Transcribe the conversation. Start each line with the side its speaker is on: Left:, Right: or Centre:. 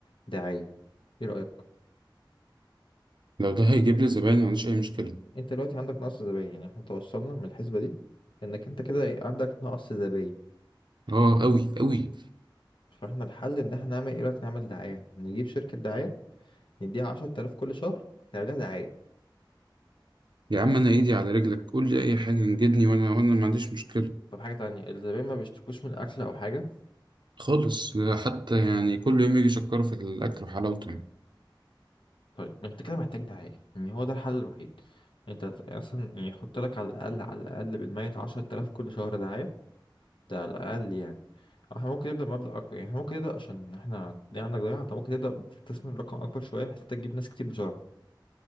Left: دعاية ايه رأيك؟
Right: لو ده هيجيب لي زباين ما عنديش اي مشكله
Left: انت دلوقتي عندك نقص زباين يعني احنا توصلنا من الحسبة دي انك انت كده إيه، عندك نقص زباين
Right: اه قوي قوي
Left: فاحنا الحل ان احنا نعمل ايه رأيك نعمل دعاية نجيب شركة دعاية نديها عشرة آلاف كل شهر تعملها دعاية
Right: يا عم انا ايدي على رجلك قول لي اي حاجه انجدني وانا وانا ما عنديش مشكله
Left: طب حاجة تانية الزبائن ما بيشتكوش من الأكل أو حاجة
Right: خالص حتى يعني كل يوم يجي يشكروا في الاكل وحلاوته يعني
Left: طيب ما أنت كده محتاج دعاية يعني هو ده الحل الوحيد أنت أصلا يعني يحط لك على الأقل على الأقل بالميت عشرة آلاف كل شهر دعاية ده على الأقل يعني أو احنا ممكن نبدأ مبلغ أكبر يعني احنا ممكن نبدأ عشان احنا دي عندك ضياع أنت ممكن تبدأ بتستثمر رقم أكبر شوية بحيث أنت تجيب ناس كتير بسرعة